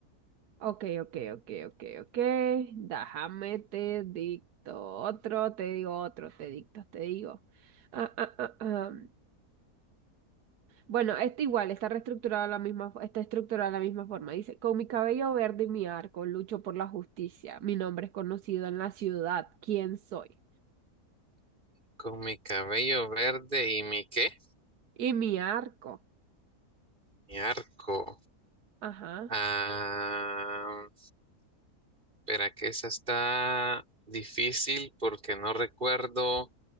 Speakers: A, on the right; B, on the right.
A: Ok, ok, ok, ok, ok. Déjame te dicto otro, te digo otro, te dicto, te digo. Ah, ah, ah, ah. Bueno, este igual está reestructurado de la misma, fo- está estructurado de la misma forma. Dice, con mi cabello verde y mi arco lucho por la justicia. Mi nombre es conocido en la ciudad. ¿Quién soy?
B: Con mi cabello verde y mi qué?
A: Y mi arco.
B: Mi arco.
A: Ajá.
B: Ah, espera, que esa está difícil porque no recuerdo